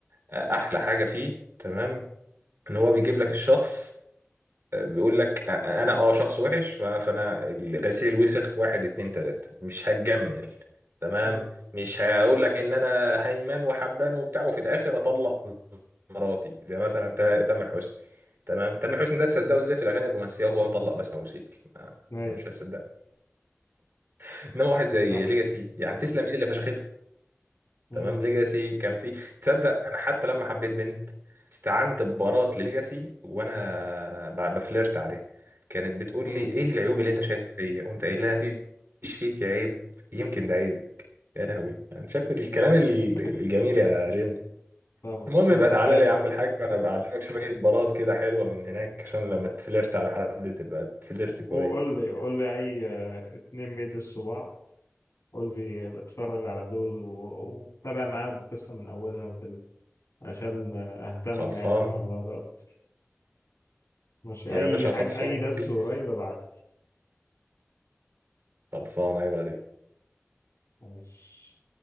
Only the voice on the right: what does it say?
آه، احلى حاجه فيه تمام ان هو بيجيب لك الشخص بيقول لك انا اه شخص وحش ف- فانا غسيل الوسخ واحد اتنين تلاتة مش هتجمل تمام
مش هقول لك ان انا هيمن وحبان وبتاع وفي الاخر اطلق مراتي زي مثلا تا- تامر حسني تمام تامر حسني ده تصدقه ازاي في الاغاني الرومانسيه وهو مطلق بسمة وسيل آه،
مش هتصدق <laughs> انما واحد زي
ليجاسي يعني تسلم ايد اللي فشخته
تمام ليجاسي كان في تصدق انا حتى لما حبيت بنت استعنت ببارات لليجاسي وانا ب- بفلرت عليها كانت بتقول
لي ايه العيوب اللي انت شايفها فيا قمت قايل لها مفيش فيك عيب يمكن ده عيبك يا لهوي انا شايف الكلام ال-
الجميل يا جيمس
المهم
يبقى تعالى لي يا عم الحاج وانا بعلمك شويه بارات كده حلوه من هناك عشان لما تفلرت على حد تبقى تفلرت
كويس
خلصان
يا
باشا
خلصان
بيس
خلصان عيب عليك